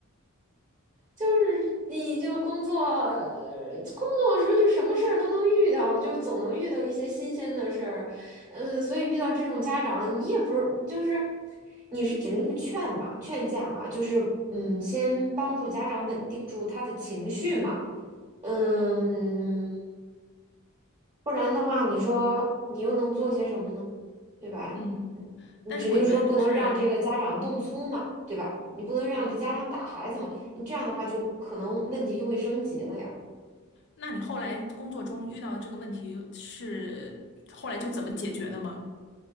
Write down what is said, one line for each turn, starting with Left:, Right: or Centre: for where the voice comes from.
Right: 就是你就工作，呃工作的时候就什么事儿都能遇到，就总能遇到一些新鲜的事儿，嗯，所以遇到这种家长，你也不是就是你是指定是劝嘛，劝架嘛，就是嗯，先帮助家长稳定住他的情绪嘛，嗯，不然的话，你说你又能做些什么呢？对吧？
Left: 嗯，
Right: 你指定说不能让这个家长动粗嘛，
Left: 但是我觉得就是，嗯，
Right: 对吧？你不能让这家长打孩子嘛，
Left: 对。
Right: 你这样的话就可能问题就会升级了呀。
Left: 那你后来工作中遇到的这个问题是后来就怎么解决的吗？